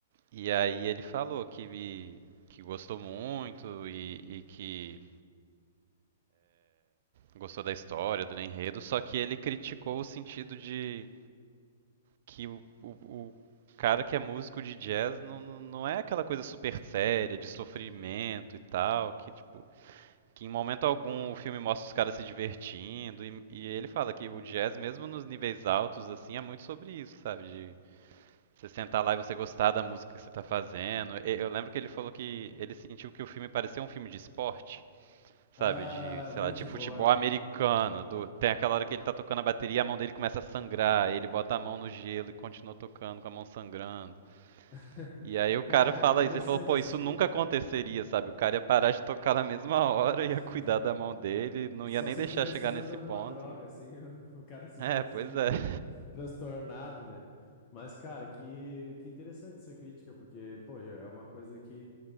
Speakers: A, on the right (about 55°); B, on the left (about 35°).
A: E aí ele falou que, me- que gostou muito e, e que gostou da história, do enredo, só que ele criticou o sentido de que o, o- o cara que é músico de jazz não, não não é aquela coisa super séria, de sofrimento e tal, que tipo. Que em momento algum o filme mostra os caras se divertindo, e, e ele fala que o jazz, mesmo nos níveis altos, assim, é muito sobre isso, sabe? De Você sentar lá e você gostar da música que você tá fazendo. E- Eu lembro que ele falou que ele sentiu que o filme parecia um filme de esporte, sabe?
B: Ah,
A: De, sei
B: muito
A: lá, de futebol
B: boa.
A: americano. do- Tem aquela hora que ele tá tocando a bateria, a mão dele começa a sangrar, ele bota a mão no gelo e continua tocando com a mão sangrando.
B: <laughs>
A: E aí o
B: Cara,
A: cara fala
B: interessante
A: isso, ele falou, pô,
B: essa
A: isso
B: crítica.
A: nunca aconteceria, sabe? O cara ia parar de tocar na mesma hora,
B: <laughs>
A: ia cuidar da mão dele, não
B: Só
A: ia nem
B: se
A: deixar
B: ele tivesse
A: chegar
B: usando
A: nesse
B: alguma
A: ponto.
B: droga, assim, <laughs> o cara seguia
A: É,
B: assim,
A: pois
B: né,
A: é. <laughs>
B: transtornado, né? Mas, cara, que, que interessante essa crítica, porque, pô, é uma coisa que